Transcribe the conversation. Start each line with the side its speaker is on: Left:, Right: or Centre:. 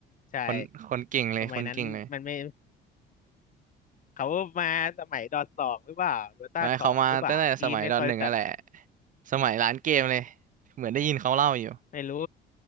Left: ใช่
Right: คนคนเก่งเลยคนเก่งเลย
Left: สมัยนั้นมันไม่เขามาสมัยดอทสองหรือเปล่าโดต้าสองหรือเปล่าพี่ไม่ค่อยรู้จัก
Right: ไม่เขามาตั้งแต่สมัยดอทหนึ่งนั่นแหละสมัยร้านเกมเลยเหมือนได้ยินเขาเล่าอยู่
Left: ไม่รู้